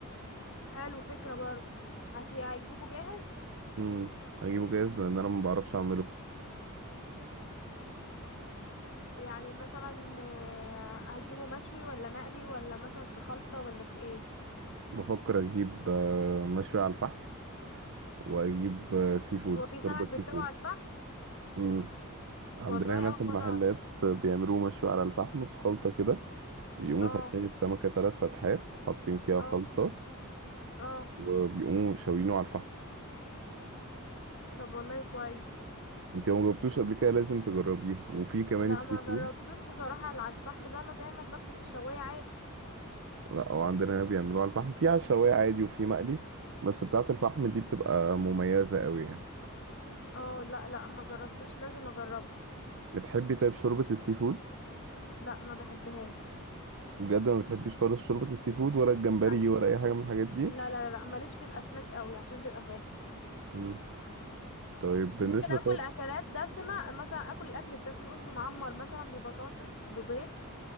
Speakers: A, on the left; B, on the right.
A: حلو فكرة برضه هت- هتجيبه جاهز
B: مم. أجيبه جاهز لأن أنا ما بعرفش أعمله
A: يعني مثلا آه، هتجيبه مشوي ولا مقلي ولا مثلا في خلطة ولا في ايه
B: بفكر أجيب آه، مشوي على الفحم وأجيب آه، سي فود
A: هو في سمك
B: شوربة سي
A: بيتشوي
B: فود
A: على الفحم
B: مم. عندنا
A: والله
B: هنا
A: اول
B: في المحلات
A: مرة أعرف.
B: بيعملوه مشوي على الفحم بخلطة كده بيقوموا
A: اه
B: فاتحين السمكة تلات فتحات حاطين فيها
A: اه
B: خلطة
A: اه
B: وبيقوموا شاويينه على الفحم
A: طب والله كويس
B: انت لو مجربتوش قبل كده لازم تجربيه وفي كمان
A: لا
B: السي
A: ما
B: فود
A: جربتوش بصراحة اللي على الفحم ده انا دايما باكله في الشواية عادي
B: لا هو عندنا هنا بيعملوها على الفحم في على الشوايه عادي وفي مقلي بس بتاعة الفحم دي بتبقى مميزة قوي يعني
A: اه لا لا ما جربتوش لازم اجربه
B: بتحبي طيب شوربة السي فود
A: لا ما بحبهاش
B: بجد ما بتحبيش خالص شوربة السي فود ولا الجمبري
A: لا
B: ولا أي حاجة من الحاجات دي
A: لا لا لا ماليش في الاسماك قوي عشان تبقى فاهم
B: مم. طيب بالنسبة
A: ممكن
B: طيب
A: اكل اكلات دسمة مثلا اكل الاكل الدسم رز معمر مثلا ببطاطس ببيض